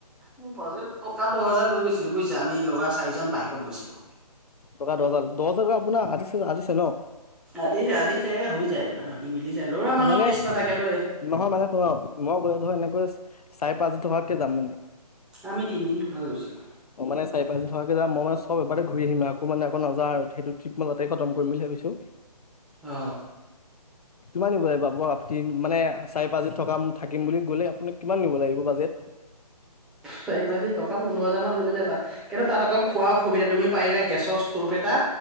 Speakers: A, in the centre; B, on the left (about 70°).
A: মোৰ বাজেত টকা দছ হাজাৰ লৈ গৈছিলো বুজিছা, আমি লৰা চাৰিজন বাইকত গৈছিলো।
B: টকা দহ হাজাৰ দহ হাজাৰ আপোনাৰ আতিছে আতিছে ন?
A: আতিছে আতিছে হৈ যায়। এইবিলাক মাতি মিলি যায় ল'ৰা মানুহৰ
B: মানে
A: কেচ নাথাকেতো
B: নহয় মানে শুনক, মই কৈছো ধৰ এনেকৈছ চাৰে পাঁচদিন থকাকে যাম মানে।
A: আমি তিনদিন থকাকে গৈছিলো।
B: অ মানে চাৰি-পাঁচদিন থকাকে যাম মই মানে চব এবাৰতে ঘূৰি আহিম, আকৌ মানে আকৌ নাযাওঁ আৰু সেইটো ট্ৰপ মই তাতে খতম কৰিম বুলি ভাবিছো।
A: অ।
B: কিমান নিব লাগিব আকৌ তিন মানে, চাৰি-পাঁচদিন থকাম থাকিম বুলি গ'লে আপোনাক কিমান নিব লাগিব বাজেট?
A: চাৰি-পাঁচদিন টকা পোন্ধৰ হাজাৰ মান লৈ যাবা, কিন্তু তাত অকণ খোৱা অসুবিধা তুমি পাৰিলে গেছৰ ষ্টভ এটা